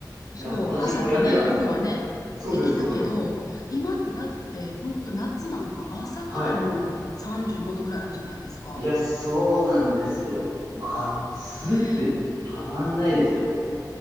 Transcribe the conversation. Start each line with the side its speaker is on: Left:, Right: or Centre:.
Left: そう。
Right: いや、私もやってたんですよ。
Left: 朝とね、夜はね、
Right: そうです、
Left: できたけど、
Right: そうです。
Left: 今ってだって、本当夏なんか朝からもう35度ぐらいあるじゃないですか。
Right: はい。いや、そうなんですよ。まあ、暑くてたまんないですよ。
Left: ね。